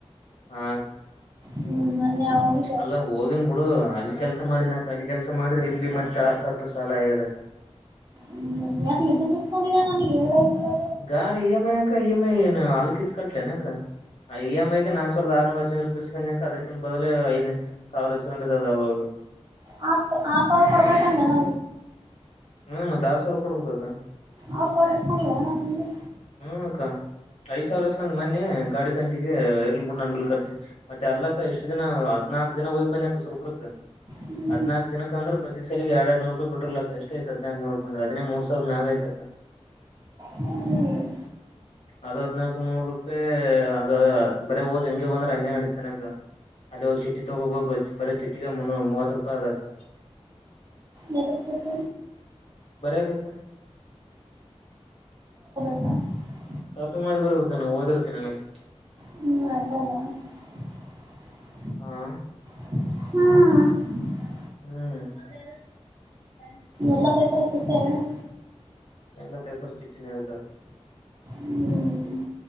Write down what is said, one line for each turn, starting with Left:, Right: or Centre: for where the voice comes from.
Left: ಹಾ
Right: ಹ್ಮ್ ಹೋಗಿದ್ದಲ್ಲ
Left: ಅಲ್ಲಾ ಹೋಗಿನ್ ಬಿಡು ಅಲ್ಲಿ ಕೆಲ್ಸ ಮಾಡಿಿನಾಕ ಅಲ್ಲಿ ಕೆಲ್ಸ ಮಾಡಿದ್ರಿ ಇಲ್ಲಿ ಮತ್ತ ಆರ್ ಸಾವಿರ ರೂಪಾಯಿ ಸಾಲ ಆಗದಕ್ಕ
Right: ಹ್ಮ ಯಾಕ್ <unintelligible>
Left: ಗಾಡಿ ಇಎಮ ಆಐ ಇಎಮ ಆಐ ಏನು ಹಲಕಿತ ಕಟ್ಲ ನ ಗ ಆಐ ಎಂ ಐಗೆ ನಾಕ್ ಸಾವರದ ಆರುೂರದೈದು ರೂಪಿ ಅದಕ್ಕಿನ್ ಬದಲು ಐದು ಸಾವಿರಸಕೊಂಡದ ಅದು
Right: ಆ ಆರ್ ಸಾವಿರ ಕೊಡ್ಬೇಕಂದೆ ನ
Left: ಹ್ಮ ಮತ್ತಾರ ಸಾರ ಕೊಡ್ಬೇಕಕ್ಕ
Right: ಆರ್ ಸಾವಿರ ಇಸ್ಕೊಂಡಿದ್ದಾಳೆ ಅಣ್ಣ ತಿಂಗ್ಳಿಗೆ
Left: ಹ್ಮಅಕ್ಕ ಐದ್ ಸಾವಿರ ಇಸ್ಕಂದ್ ಮೊನ್ನೆ ಗಾಡಿ ಕಂಚಿಗೆ ಇರ್ಲ್ಬ ಬಿಡ್ ನ ಬಿ ಕರ್ಚಿ ಮತ್ತೆ ಅಲ್ಲಕ್ಕ ಎಷ್ಟು ಜನ ಹದ್ನಾಕಕ್ ದಿನ ಹೋಗ್ ಬಂದ ಸೂರ್ಪೂರ್ಕ
Right: ಹ್ಮ್
Left: ಹದ್ನಾಕಕ್ ದಿನಕ್ಕ ಅಂದ್ರೆ ಪ್ರತಿ ಸರಿಗೆ ಎರಡ್ ಎರಡುನೂರು ರೂಪಾಯಿ ಪೆಟ್ರೋಲ್ ಹಾಕ್ ಆಯ್ತದನಕ ನೋಡ್ಕ ಅಂದ್ರೆ ಅದಿನೇ ಮೂ ಸಾವರ ಮ ನಾಗ ಆಯ್ತಕ್ಕ
Right: ಹ್ಮ್
Left: ಅದ್ ಹದ್ನಾಕ್ು ನೂರು ರೂಪಾಯಿ ಅದ ಬರ ಹೋಗಿ ಹೆಂಗಗೆ ಬಂದ್ರ ಹಂಗೆ ನಡೀತನಕ ಅಲ್ಲಿ ಹೋಗ ಚಿಟ್ಟಿ ತಗೋಬಬೇಕು ಬರ ಚಿಟ್ಟಿಗೆ ಮುನ್ನೂ ಮೂವತ್ ರೂಪಾಯಿ ಅದಕ್ಕ
Right: ಯದಕ್ಬೇಕ
Left: ಬರ್ಯಾಕಕ
Right: ಹ <inaudible>
Left: ಕಾಫಿ ಮಾಡಿ ಬರ್ಬೇಕ ನ ಓದಿರ್ತೀನಿ ನನಕ್ಕೆ
Right: ಹ್ಮ್ ಅದದಾ <inaudible>
Left: ಹಾ
Right: ಹ್ಮ
Left: ಹ್ಮ್
Right: ಎಲ್ಲ ಪೇಪರು ಸಿಗ್ತಯಿಲ್ಲೇನು
Left: ಎಲ್ಲ ಪೇಪರ್ ಚಿಟ್ಟಿನೆ ತಗೋಳಿ
Right: ಹ್ಮ್